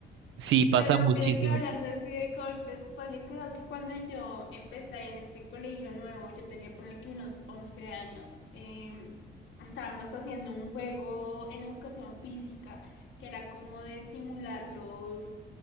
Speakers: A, on the right; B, on the left.
A: Sí, pasa
B: Pero
A: muchísimo.
B: mira que hablando así de golpes, ponle cuidado que cuando yo empecé en este colegio nuevo, yo tenía ponle que unos 11 años, em, estábamos haciendo un juego en educación física que era como de simular los